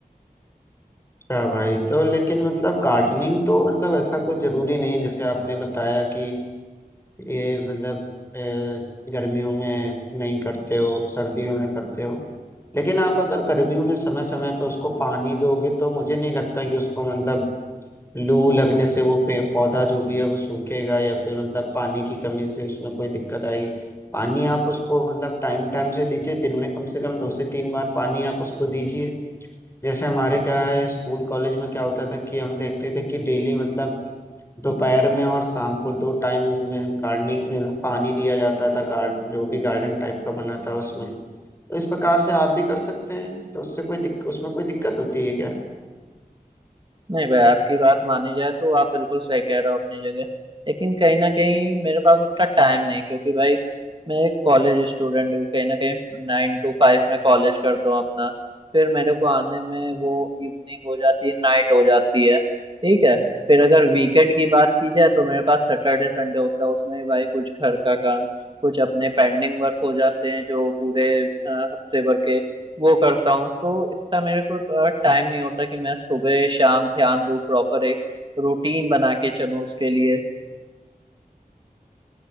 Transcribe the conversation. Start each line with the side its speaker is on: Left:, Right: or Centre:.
Left: अच्छा भाई तो लेकिन मतलब गार्डनिंग तो मतलब ऐसा कुछ जरूरी नहीं है जैसे आपने बताया कि ये मतलब अ, गर्मियों में नहीं करते हो सर्दियों में करते हो लेकिन आप अगर गर्मियों में समय समय पर उसको पानी दोगे तो मुझे नहीं लगता कि उसको मतलब लू लगने से वो पे पौधा जो भी है वो सूखेगा या फिर मतलब पानी की कमी से उसमें कोई दिक्कत आएगी पानी आप उसको मतलब टाइम टाइम से दीजिए दिन में कम से कम दो से तीन बार पानी आप उसको दीजिए जैसे हमारे क्या है स्कूल कॉलेज में क्या होता था कि हम देखते थे कि डेली मतलब दोपहर में और शाम को दो टाइम उसमें गार्डनिंग पानी दिया जाता था गार्ड जो भी गार्डन टाइप का बना था उसमें तो इस प्रकार से आप भी कर सकते हैं तो उससे कोई दिक, उसमें कोई दिक्कत होती है क्या
Right: नहीं भाई आपकी बात मानी जाए तो आप बिल्कुल सही कह रहे हो अपनी जगह लेकिन कहीं ना कहीं मेरे पास उतना टाइम नहीं क्योंकि भाई मैं एक कॉलेज स्टूडेंट हूँ कहीं ना कहीं नाइन टू फाइव में कॉलेज करता हूँ अपना फिर मेरे को आने में वो इवनिंग हो जाती है नाइट हो जाती है ठीक है फिर अगर वीकेंड की बात की जाए तो मेरे पास सैटरडे संडे होता है उसमें भाई कुछ घर का काम कुछ अपने पेंडिंग वर्क हो जाते हैं जो पूरे अ, हफ्ते भर के वो करता हूँ तो इतना मेरे को टाइम नहीं होता कि मैं सुबह शाम ध्यान दूँ प्रॉपर एक रूटीन बना के चलूँ उसके लिए